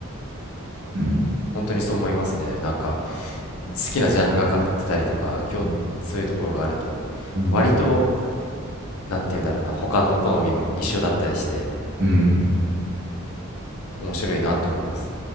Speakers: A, on the right; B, on the left.
A: うん
B: 本当にそう思いますねなんか好きなジャンルが被ってたりとか今日そういうところがあると割と
A: うん。
B: なんて言うんだろうな他の好みも一緒だったりして
A: うん。
B: 面白いなって思います